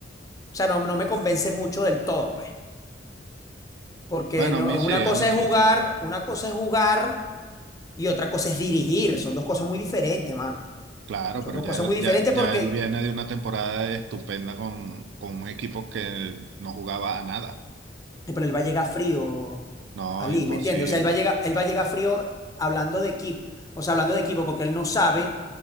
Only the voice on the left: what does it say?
o sea, no, no me convence mucho del todo, pues, porque
no,
una cosa
es jugar, una cosa es jugar y otra cosa es dirigir, son dos cosas muy diferentes, mano.
Son
dos
cosas
muy diferentes
porque
Sí, Pero él va a llegar frío,
Ali,
¿me entiendes? O sea, él va a llegar, él va a llegar frío hablando de equipo, o sea, hablando de equipo, porque él no sabe